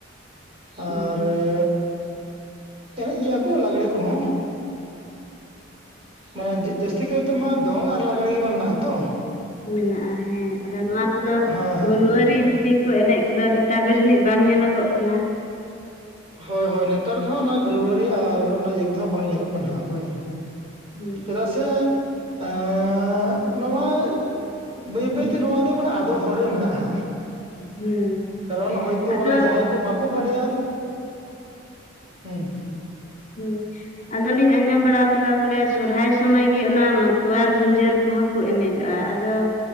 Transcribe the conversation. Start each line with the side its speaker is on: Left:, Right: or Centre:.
Right: ᱟᱨ
Left: ᱦᱮᱸ
Right: ᱮ ᱮᱱᱮᱡ ᱜᱮᱭᱟ ᱠᱩ ᱞᱟᱜᱽᱬᱮ ᱠᱩᱦᱚᱸ ᱢᱟᱱᱮ ᱡᱟᱹᱥᱛᱤ ᱠᱟᱹᱭᱛᱮ ᱢᱟ ᱫᱚᱝ ᱟᱨ ᱞᱟᱜᱽᱬᱮ ᱜᱮ ᱢᱮᱱᱟᱜ ᱟᱛᱚ
Left: ᱢᱮᱱᱟᱜ-ᱟ ᱦᱮᱸ ᱟᱫᱚ ᱱᱚᱣᱟ ᱠᱩᱫᱚ
Right: ᱦᱮᱸ ᱦᱮᱸ
Left: ᱜᱳᱞᱣᱟᱹᱨᱤ ᱛᱤ ᱠᱚ ᱮᱱᱮᱡ ᱠᱚᱫᱚ ᱱᱮᱛᱟᱨ ᱫᱚ ᱡᱟᱹᱱᱤᱡ ᱵᱟᱝ ᱧᱮᱞᱚᱜᱚᱜ ᱠᱟᱱᱟ,
Right: ᱦᱳᱭ ᱦᱳᱭ ᱱᱮᱛᱟᱨ ᱫᱚ ᱦᱟᱸᱜ ᱚᱱᱟ ᱜᱟᱹᱞᱣᱟᱹᱨᱤ ᱟᱨ ᱚᱱᱟ ᱤᱭᱟᱹ ᱫᱚ ᱦᱟᱸᱜ ᱵᱟᱝ ᱧᱮᱞᱚᱜ ᱠᱟᱱᱟ ᱦᱟᱸᱜ ᱦᱳᱭ᱾
Left: ᱦᱩᱸ
Right: ᱪᱮᱫᱟᱜ ᱥᱮ ᱮᱸ ᱱᱚᱣᱟ ᱵᱟᱹᱭ ᱵᱟᱹᱭᱛᱮ ᱱᱚᱣᱟ ᱫᱚ ᱢᱟᱱᱮ ᱟᱫᱚᱜ ᱦᱚᱨ ᱨᱮ ᱢᱮᱱᱟᱜ-ᱟ ᱦᱟᱸᱜ,
Left: ᱦᱩᱸ
Right: ᱠᱟᱨᱚᱱ ᱦᱚᱭᱛᱚ
Left: ᱟᱫᱚ
Right: ᱚᱱᱟ ᱡᱟᱦᱟᱸᱭ ᱠᱩ ᱵᱟᱠ ᱠᱩ ᱵᱟᱲᱟᱭᱟ ᱦᱩᱸ
Left: ᱦᱩᱸ ᱟᱫᱚᱞᱤᱧ ᱟᱸᱡᱚᱢ ᱵᱟᱲᱟ ᱟᱠᱟᱫᱟ ᱵᱚᱞᱮ ᱥᱚᱨᱦᱟᱭ ᱥᱚᱢᱚᱭ ᱜᱤ ᱚᱱᱟ ᱢᱟᱛᱣᱟᱨ ᱜᱩᱧᱡᱟᱹᱨ ᱠᱩᱦᱚᱸ ᱠᱩ ᱮᱱᱮᱡᱚᱜ-ᱟ ᱟᱫᱚ